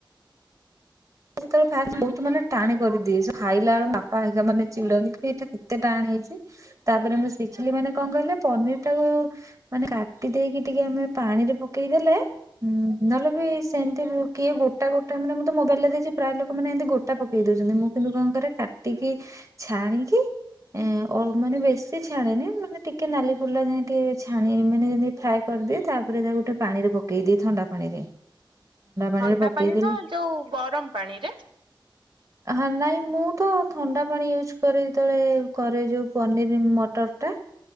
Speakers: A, on the right; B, on the right.
A: ସେତେଳେ ଫା ବୋହୁତ ମାନେ ଟାଣି କରିଦିଏ ସେ ଖାଇଲା ଏଳୁ ବାପା ହେରିକା ମାନେ ଚିଡ଼ନ୍ତି ଏଟା କେତେ ଟାଣ ହେଇଚି। ତାପରେ ମୁଁ ଶିଖିଲି ମାନେ କଣ କହିଲେ ପନିର ଟାକୁ ମାନେ କାଟି ଦେଇକି ଟିକେ ଆମେ ପାଣିରେ ପକେଇଦେଲେ ହୁଁ ନହେଲେ ବି ସେମିତି କିଏ ଗୋଟା ଗୋଟା ମାନେ ମୁଁ ତ ମୋବାଇଲରେ ଦେଇଚି ପ୍ରାୟ ଲୋକ ମାନେ ଏମିତି ଗୋଟା ପକେଇ ଦଉଚନ୍ତି ମୁଁ କିନ୍ତୁ କଣଙ୍କରେ କାଟିକି ଛାଣିକି ଏଁ ଅ ମାନ ବେଶୀ ଛାଣେ ନା ମାନେ ଟିକେ ନାଲି ପୋଲା ଯାଇକି ଛାଣି ମାନେ ଯେମି ଫ୍ରାଏ କରିଦିଏ ତାପରେ ତାକୁ ଗୋଟେ ପାଣିରେ ପକେଇଦିଏ ଥଣ୍ଡା ପାଣିରେ। ପାଣିରେ
B: ଥଣ୍ଡା
A: ପକେଇଦେଲି
B: ପାଣି ନା ଯୋଉ ଗରମ ପାଣି ରେ।
A: ହ ନାଇଁ ମୁଁ ତ ଥଣ୍ଡା ପାଣି ୟୁଜ୍ କରେ ଯେତେବେଳେ କରେ ଯେଉଁ ପନିର ମଟରଟା।